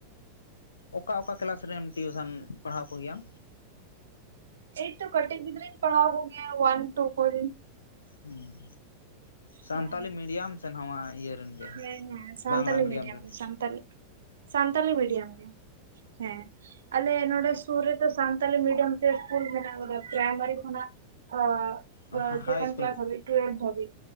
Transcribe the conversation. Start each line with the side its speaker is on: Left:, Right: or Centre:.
Left: ᱚᱠᱟ ᱚᱠᱟ ᱠᱮᱞᱟᱥ ᱨᱮᱱ ᱴᱤᱭᱩᱥᱚᱱ ᱯᱟᱲᱦᱟᱣ ᱠᱚᱜᱮᱟᱢ
Right: ᱮᱭ ᱛᱚ ᱠᱟᱹᱴᱤᱡ ᱜᱤᱫᱽᱨᱟᱹᱧ ᱯᱟᱲᱟᱣ ᱠᱚᱜᱮᱭᱟ ᱚᱣᱟᱱ ᱴᱩ ᱠᱚᱨᱮᱱ
Left: ᱦᱮᱸ ᱥᱟᱱᱛᱟᱞᱤ
Right: ᱦᱮᱸ
Left: ᱢᱤᱰᱤᱭᱟᱢ ᱥᱮ ᱱᱟᱣᱟ ᱤᱭᱮᱨᱮᱱ ᱜᱮ
Right: ᱦᱮᱸ ᱦᱮᱸ ᱥᱟᱱᱛᱟᱞᱤ
Left: ᱵᱟᱝᱞᱟ ᱢᱤᱰᱤᱭᱟᱢ ᱨᱮᱱ
Right: ᱜᱮ ᱥᱟᱱᱛᱟᱞᱤ ᱥᱟᱱᱛᱟᱞᱤ ᱢᱤᱰᱤᱭᱟᱢ ᱨᱮ ᱦᱮᱸ ᱟᱞᱮ ᱱᱚᱰᱮ ᱥᱩᱨ ᱨᱮᱫᱚ ᱥᱟᱱᱛᱟᱞᱤ ᱢᱤᱰᱤᱭᱟᱢ ᱛᱮ ᱤᱥᱠᱩᱞ ᱢᱮᱱᱟᱜ-ᱟ ᱵᱟᱨᱭᱟ ᱯᱨᱟᱭᱢᱟᱨᱤ ᱠᱷᱚᱱᱟᱜ ᱟᱻ
Left: ᱚ
Right: <unintelligible>
Left: ᱦᱟᱭ
Right: ᱥᱮᱠᱮᱱᱰ ᱠᱮᱞᱟᱥ ᱫᱷᱟᱹᱵᱤᱡ ᱜᱮ ᱵᱷᱟᱹᱜᱮ